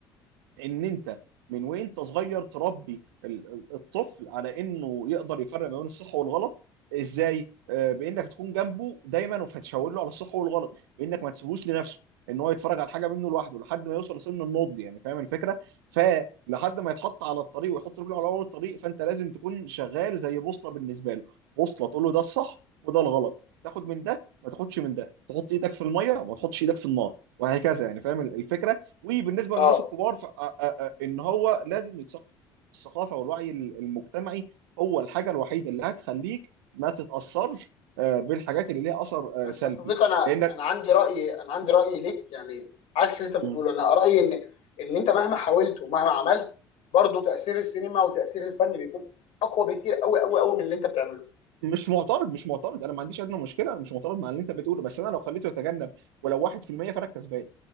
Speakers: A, on the right; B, on the left.
A: ان انت من وانت صغير تربي ال- ال- الطفل على انه يقدر يفرق ما بين الصح والغلط ازاي آه، بانك تكون جنبه دايما وهتشاور له على الصح والغلط بانك ما تسيبوش لنفسه ان هو يتفرج على حاجه منه لوحده لحد ما يوصل لسن النضج يعني فاهم الفكره فلحد ما يتحط على الطريق ويحط رجله على اول الطريق فانت لازم تكون شغال زي بوصله بالنسبه له بوصله تقول له ده الصح وده الغلط تاخد من ده ما تاخدش من ده تحط ايدك في الميه وما تحطش ايدك في النار وهكذا يعني فاهم الفكره وبالنسبه
B: اه
A: للناس الكبار ف- آ- آ- آ- ان هو لازم يتثقف الثقافه والوعي ال- المجتمعي هو الحاجه الوحيده اللي هتخليك ما تتاثرش آه، بالحاجات اللي ليها اثر
B: بس
A: آه، سلبي
B: يا صديقي انا
A: لانك
B: انا عندي راي انا عندي راي ليك يعني عكس اللي انت بتقوله
A: مم.
B: انا رايي ان ان انت مهما حاولت ومهما عملت برضه تاثير السينما وتاثير الفن بيكون اقوى بكتير قوي قوي قوي من اللي انت بتعمله
A: مش معترض مش معترض انا ما عنديش ادنى مشكله انا مش معترض مع اللي انت بتقوله بس انا لو خليته يتجنب ولو 1% فانا الكسبان